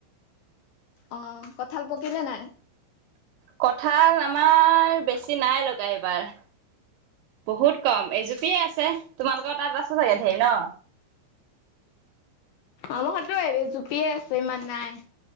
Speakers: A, on the left; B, on the right.
A: অহ কঁঠাল পকিলে নাই
B: কঁঠাল আমাৰ বেছি নাই লগা এইবাৰ বহুত কম এজোপিয়ে আছে তোমালোকৰ তাত আছ চাগে ধেৰ ন
A: আমাৰ ঘৰতো এই জোপিয়ে আছে ইমান নাই